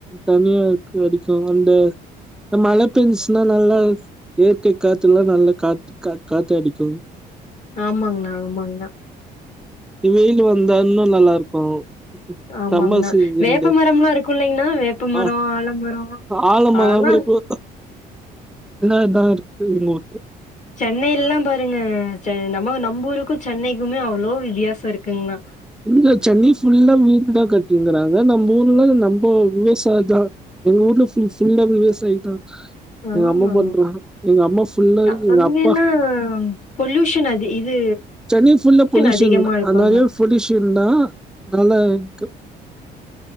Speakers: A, in the centre; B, on the left.
A: தனியா அடி அடிக்கும் அந்த இந்த மழை பெஞ்சிசுன்னா நல்லா இயற்கை காத்துல்லாம் நல்லா காத்து காத்தடிக்கும்
B: ஆமாங்ண்ணா ஆமாங்ண்ணா
A: வெயில் வந்தா இன்னும் நல்லா இருக்கும்
B: ஆமாங்ண்ணா
A: சம்மர் சீசன்ண்டு
B: வேப்ப மரம்லா இருக்கு இல்லைங்ண்ணா வேப்ப மரோ
A: ஆ
B: ஆலமரோ
A: ஆழ மர
B: ஆனா
A: போய் இப்ப இதான் இதான் இருக்கு எங்கோட்டு
B: சென்னையிலல்லாம் பாருங்க நம நம்ம நம்மூருக்கும் சென்னைக்குமே அவ்ளோ வித்தியாசம் இருக்குங்கன்னா
A: இங்க சென்னை ஃபுல்லா வீடு தான் கட்டியிருங்கறாங்க நம்ம ஊர்லாம் நம்ம விவசாயம் தான் எங்க ஊட்டுல ஃபுல ஃபுல்லா விவசாயி தான்
B: ஆமாங்ண்ணா
A: எங்க அம்மா பண்ற எங்க அம்மா புல்லா
B: அ
A: எங்க
B: அங்கெல்லா
A: அப்பா
B: பொல்யூஷன் அது இது
A: சென்னை ஃபுல்லா பொல்யூஷன்
B: அதிகமா
A: தான்
B: இருக்குங்ண்ணா
A: அது நறைய பொல்யூஷன் தான் அதனால இ